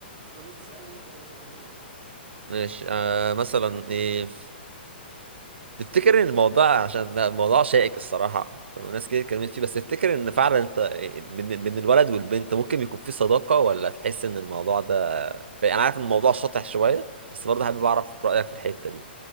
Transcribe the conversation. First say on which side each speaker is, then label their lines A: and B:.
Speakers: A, on the right (about 30°); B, on the right (about 85°).
A: طب تسالني انت كده سؤال حلو يلا
B: ماشي آه مثلا ايه تفتكر ان الموضوع عشان بقى الموضوع شائك الصراحه وناس كتير اتكلمت فيه بس تفتكر ان فعلا انت من من الولد والبنت ممكن يكون في صداقه ولا تحس ان الموضوع ده في... انا عارف ان الموضوع شاطح شويه بس برضه حابب اعرف رايك في الحته دي